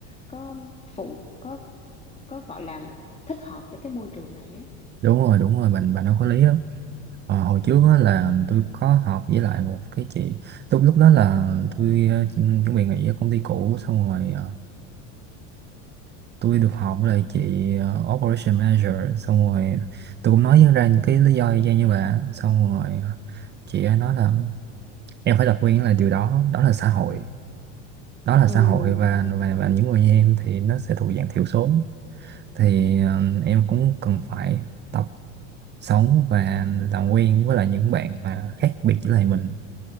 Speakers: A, on the left; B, on the right.
A: có phụ có có gọi là thích hợp cho cái môi trường này á
B: đúng rồi đúng rồi bạn bạn nói có lý á Ờ, hồi trước á là tôi có học với lại một cái chị lúc lúc đó là tôi ờ, chu- chuẩn bị nghỉ ở công ty cũ xong rồi ờ, tôi được học với lại chị ờ, Operation Manager xong rồi tôi cũng nói ra những cái lý do y chang như vậy xong rồi ờ, chị ấy nói là em phải tập quen là điều đó đó là xã hội đó là
A: ừ
B: xã hội và và, và những người như em thì nó sẽ thuộc dạng thiểu số thì ờ, em cũng cần phải tập sống và làm quen với lại những bạn mà khác biệt với lại mình